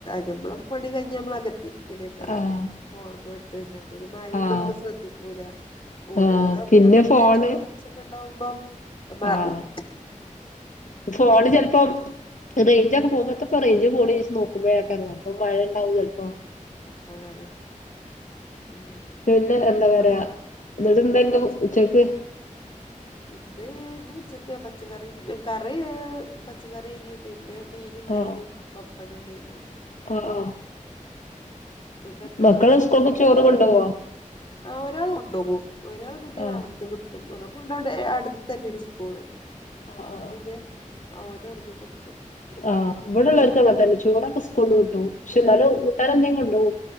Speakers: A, on the left; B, on the left.
A: ഞമ്മള പണി കഴിഞ്ഞാ ഞമ്മൾ അകത്തിര് ക്കരം
B: ആഹ്
A: ഫോൺമ്മ ഇട്ട ഇരുന്ന പിന്നെ മയന്നും
B: ആഹ്
A: നമ്മൾ ശ്രദ്ധിക്കൂല ഓടുവിടാമ്പോ
B: ആഹ്
A: നമ്മക്ക്
B: ഫോണ്
A: പിന്നെ ചോർച്ചൊക്കെ ഉണ്ടാവുമ്പം നമ്മളറിം
B: ആഹ് ഫോണ് ചിലപ്പോ റേഞ്ചൊക്കെ പോക്ണോട്ത്തപ്പോ റേഞ്ച്പോണ്ചാരിച്ച് നോുമ്പോഴേക്കാരം അപ്പൊ മഴണ്ടാവും ചിലപ്പോ
A: അത് പിന്നെ
B: പിന്നെ എന്താ പറയാ എന്നിട്ട്
A: ഇന്നിപ്പോ
B: എന്താണ്ട്
A: കൊറച്ച്ത്
B: ഉച്ചക്ക്
A: ഇന്ന് ഇന്ന് ഉച്ചക്ക് പച്ചക്കറി കറി പച്ചക്കറിയേനി പിന്നെ മീനുണ്ടായിനു
B: ആഹ്
A: പപ്പടം ഉണ്ടായിനു
B: ആഹ്
A: നിങ്ങക്കെന്താ
B: മക്കള് സ്കൂൾക്ക് ചോറ് കൊണ്ടോവോ
A: ആഹ് ഒരാള് കൊണ്ടോവും ഒരാള് പിന്നെ
B: ആഹ്
A: അവിടുന്ന് ഓലെ കൊണ്ടുവിടെ അടുത്ത് തന്നെയാണ് സ്കൂള്
B: ആഹ്
A: അപ്പം
B: ആഹ് ആഹ്
A: പിന്നെ ഓനവടുന്ന് കുട്ടും.
B: ആഹ് ഇവിട്ള്ളവർക്കും അങ്ങനെ തന്നെ ചോറൊക്കെ സ്കൂളുന്ന് കുട്ടും. പക്ഷെന്നാലും കൂട്ടാനെന്തെലും കൊണ്ടോവും